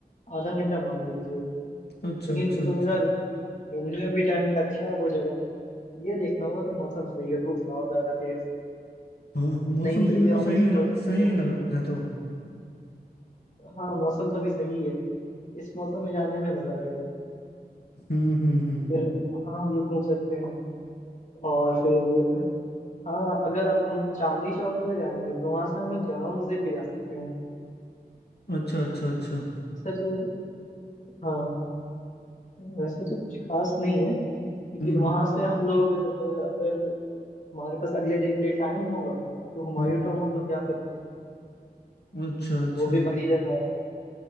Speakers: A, on the left (about 45°); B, on the left (about 85°).
A: आधा घंटा मान लीजिए
B: अच्छा
A: लेकिन
B: अच्छा
A: कुतुब
B: अच्छा
A: मीनार घूमने में भी टाइम लगा अच्छा है वो जगह ये देखना होगा कि मौसम सही है धूप ना हो ज्यादा तेज
B: हाँ मौसम
A: नई नई
B: तो
A: चीजें
B: इन दिनों
A: वहाँ
B: सही
A: पे एक्सप्लोर
B: ही लग,
A: करने
B: सही
A: को
B: ही लग
A: मिलेगी
B: है तो
A: हाँ मौसम तो भी सही है इस मौसम में जाने में मजा आएगा
B: हम्म हम्म हम्म
A: फिर वहाँ हम लोग घूम सकते हैं और फिर हाँ अगर आप हम चांदनी चौक अगर जाएंगे तो वहां से हम लोग जामा मस्जिद भी जा सकते हैं
B: अच्छा अच्छा अच्छा
A: वैसे तो हाँ वैसे तो कुछ खास नहीं है लेकिन
B: हम्म
A: वहां से हम लोग अ, अगर हमारे पास अगले दिन के लिए टाइम होगा तो हुमायूं
B: हम्म
A: टॉम हम लोग जा सकते हैं
B: अच्छा अच्छा
A: वो भी बड़ी जगह है